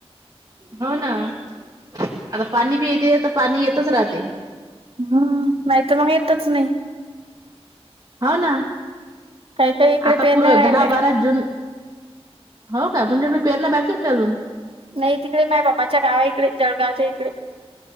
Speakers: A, on the right (about 35°); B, on the right (about 65°).
A: हो ना आता पाणी बी येते तर पाणी येतच राहते.
B: हम्म नाहीत मग येतच नाही.
A: हो ना
B: काही काही इकडे
A: आता
B: पेरण्या
A: पुरं
B: राहिलाय
A: दहा बारा जून हो का तुमच्याकडे पेरण्या बाकी आहेत का अजून?
B: नाही तिकडे माय बाबाच्या गावा इकडे जळगावच्या इकडे